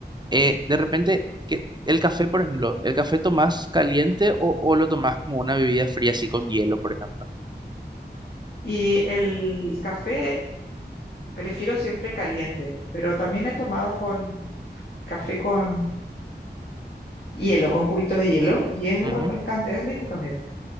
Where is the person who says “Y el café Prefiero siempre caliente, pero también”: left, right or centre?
Left